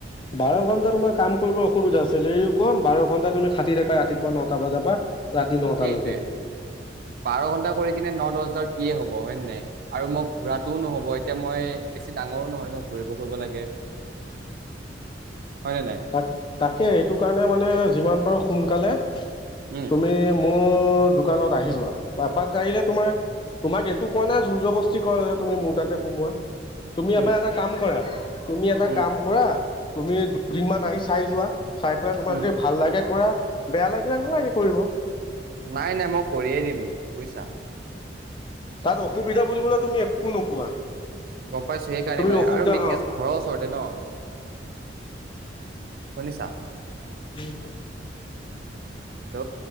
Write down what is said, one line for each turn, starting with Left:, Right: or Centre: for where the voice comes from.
Left: বাৰ ঘণ্টা তোমাৰ কাম কৰিবৰ অসুবিধা আছিল এই কম বাৰ' ঘণ্টা তুমি খাটি থাকা ৰাতি পুৱা ন'টা বজাৰ পৰা ৰা ৰাতি নটালৈকে।
Right: সেইটোৱে বাৰ' ঘন্টা কৰিকিনে ন-দহ হাজাৰত কিয়ে হব, হয় নে নাই? আৰু মোক ঘূৰাটোও নহ'ব এতিয়া। মই বেছি ডাঙৰো নহয় ন', ঘূৰিব কৰিব লাগে। হয় নে নাই
Left: তাক তাকে এইটো কাৰণে মানে যিমান পাৰো সোনকালে
Right: উম
Left: তুমি মোৰ দোকানত আহি যোৱা। এপাক আহিলে তোমাৰ- তোমাক এইটো কোৱা নাই, জুৰবস্তি কৰা নাই, তুমি মোৰ তাতে সোমোৱা। তুমি
Right: উম
Left: এবাৰ এটা কাম কৰা। তুমি এটা
Right: উম
Left: কাম কৰা। তুমি দুদিনমান আহি চাই যোৱা। চাই পেলাই তোমাৰ
Right: উম
Left: যদি ভাল লাগে কৰা। বেয়া লাগি নোৱাৰা, নালাগে কৰিব।
Right: নাই - নাই। মই কৰিয়ে দিম বুজিছা?
Left: তাত অসুবিধা বুলিবলৈ তুমি একো নোপোৱা।
Right: গম পাইছো সেইকাৰণে
Left: তুমি
Right: মানে
Left: অসুবিধা
Right: আৰু মেইন
Left: অ
Right: কেছ ঘৰৰ ওচৰতে ন। শুনিছা?
Left: হ হ।
Right: হেল্ল'?